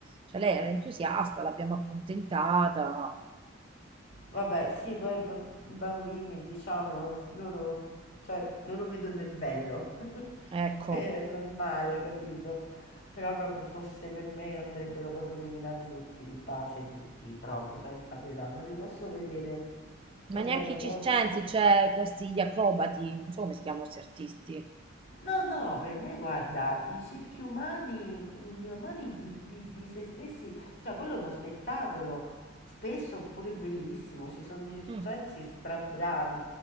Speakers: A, on the right; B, on the left.
A: Cioè lei era entusiasta, l'abbiamo accontentata. mm,
B: Vabbè, sì, poi i b- bambini, diciamo, s- loro, cioè, loro vedono il bello,
A: Ecco,
B: <laughs> è normale, capito? Però proprio fosse per me andrebbero proprio eliminati tutti, di base, tutti, proprio, senza pietà, non li posso vedere, proprio
A: ma neanche
B: è una
A: i circensi,
B: cosa...
A: c'è questi gli acrobati, non so come si chiamano questi artisti.
B: No, no, per me guarda, i circhi umani, gli umani di, di- di se stessi, cioè quello è uno spettacolo, spesso pure bellissimo, ci sono dei circensi
A: Mm.
B: strabravi,